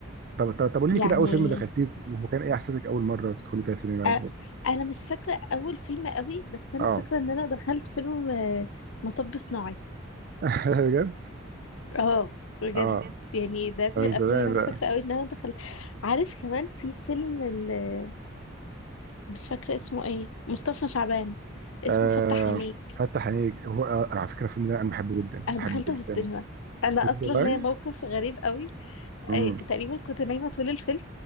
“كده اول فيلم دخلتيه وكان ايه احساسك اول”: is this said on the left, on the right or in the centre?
Right